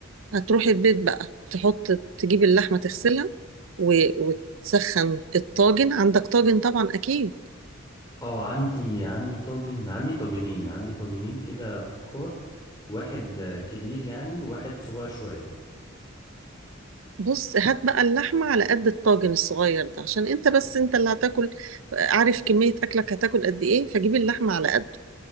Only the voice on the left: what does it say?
اه عندي عندي طاجن عندي طاجنين عندي طاجنين كده فخار واحد آه، كبير يعني وواحد صغير شوية